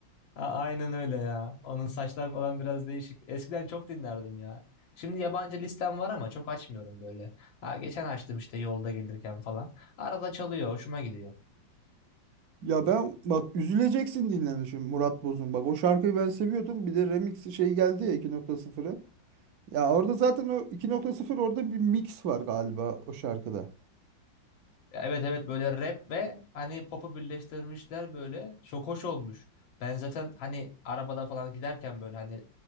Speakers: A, on the left (about 80°); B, on the right (about 60°).
A: a- Aynen öyle ya. Onun saçlar falan biraz değişik. Eskiden çok dinlerdim ya. Şimdi yabancı listem var ama çok açmıyorum böyle. Ha, geçen açtım işte yolda gelirken falan. Arada çalıyor, hoşuma gidiyor.
B: Ya ben bak üzüleceksin dinlemişim Murat Boz'un. Bak o şarkıyı ben seviyordum. Bir de remixi şey geldi ya 2.0'ı. Ya orada zaten o 2.0 orada bir mix var galiba o şarkıda.
A: Evet evet böyle rap ve hani pop'u birleştirmişler böyle. Çok hoş olmuş. Ben zaten hani arabada falan giderken böyle hani